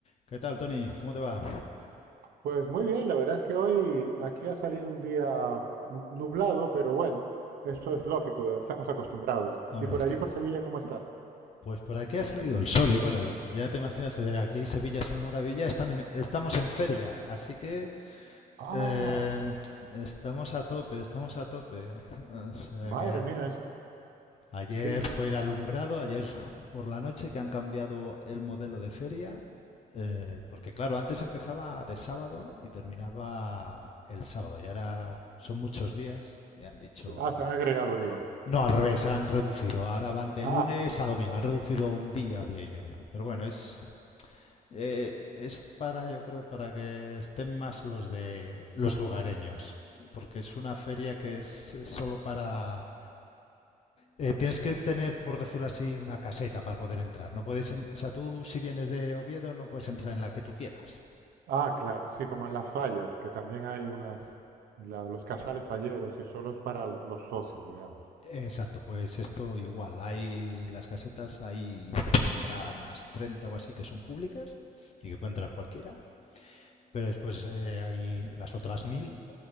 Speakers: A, on the left; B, on the right.
A: ¿Qué tal, Tony? ¿Cómo te va?
B: Pues muy bien, la verdad es que hoy aquí ha salido un día nublado, pero bueno, eso es lógico, estamos acostumbrados.
A: Hombre,
B: ¿Y por
A: está...
B: allí por Sevilla cómo está?
A: pues por aquí ha salido el sol y bueno, ya te imaginas que aquí Sevilla es una maravilla, están en- estamos en feria, así que
B: Ah,
A: eh, estamos a tope, estamos a tope. O sea
B: madre
A: que a-
B: mía, es
A: ayer
B: que, que-
A: fue el alumbrado, ayer por la noche que han cambiado el modelo de feria, eh, porque claro, antes empezaba de sábado y terminaba el sábado y ahora son muchos días y han dicho...
B: ah, se han agregado días.
A: No, al revés, han reducido. Ahora van de
B: Ah,
A: lunes a domingo. Han reducido un día, día y medio. Pero bueno, es, eh, es para, yo creo, para que estén más los de los lugareños. Porque es una feria que es solo para... eh, tienes que tener, por decirlo así, una caseta para poder entrar. No puedes, en- o sea, tú si vienes de Oviedo no puedes entrar en la que tú quieras.
B: ah, claro, sí, como en las fallas, que también hay unas, la- los casales falleros y solo es para la- los socios, digamos.
A: Exacto, pues esto igual. Hay las casetas, hay, pues habrá unas 30 o así que son públicas y que puede entrar cualquiera. Pero después eh, hay las otras mil